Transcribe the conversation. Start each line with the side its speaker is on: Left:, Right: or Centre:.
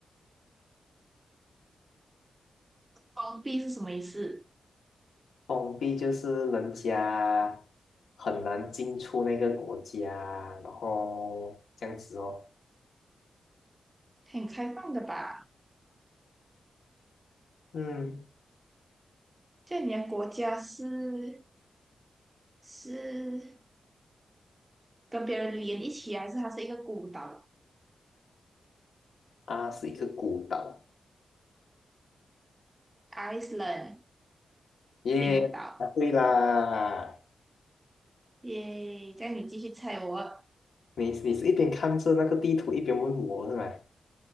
Right: 封闭是什么意思？
Left: 封闭就是人家很难进出那个国家，然后这样子哦。
Right: 很开放的吧？
Left: 嗯，
Right: 在你的国家是是跟别人连一起啊，还是它是一个孤岛
Left: 啊，是一个孤岛。
Right: ？Iceland，
Left: 耶，
Right: 冰岛。
Left: 啊，对啦！
Right: 耶，这样你继续猜我
Left: 你你是一边看着那个地图，一边问我是吗